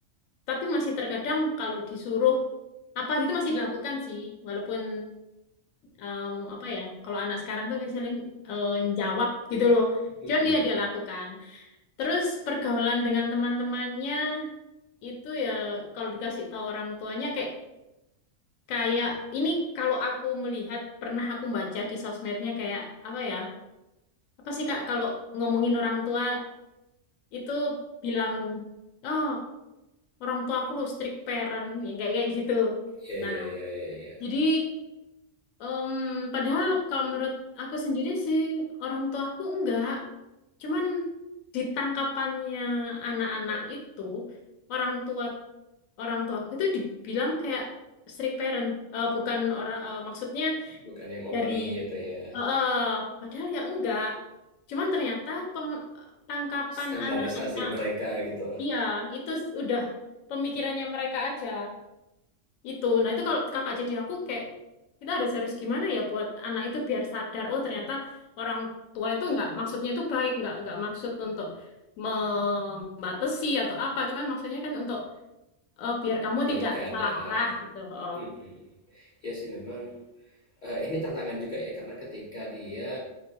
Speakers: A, on the left; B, on the left.
A: tapi masih terkadang kalau disuruh apa gitu masih dilakukan sih walaupun em, apa ya kalau anak sekarang tuh misalnya eh, jawab gitu loh
B: Mm-mm.
A: cuman dia dia lakukan terus pergaulan dengan teman-temannya itu ya kalau dikasih tahu orang tuanya kayak kayak ini kalau aku melihat pernah aku baca di sosmednya kayak apa ya apa sih Kak kalau ngomongin orang tua itu bilang oh orang tua aku lo strict parent yang kayak kayak gitu.
B: Iya,
A: Nah,
B: iya, iya, iya, iya.
A: jadi em, padahal kalau menurut aku sendiri sih orang tuaku enggak, cuman di tangkapannya anak-anak itu orang tua orang tuaku itu dibilang kayak strict parent Eh, bukan orang eh, maksudnya
B: Bukan yang open
A: dari
B: gitu ya.
A: eh, padahal ya enggak cuman ternyata pem- tangkapan
B: Standarisasi
A: anak-anak
B: mereka gitu.
A: iya itu s- udah pemikirannya mereka aja itu nah itu kalau kakak jadi aku kayak kita harus harus gimana ya buat anak itu biar sadar oh ternyata orang tua itu enggak maksudnya itu baik enggak enggak maksud untuk membatasi atau apa cuman maksudnya kan untuk eh, biar kamu
B: Kebaikan
A: tidak salah
B: ya.
A: arah gitu oh
B: Mhm. Ya sih memang eh, ini tantangan juga ya karena ketika dia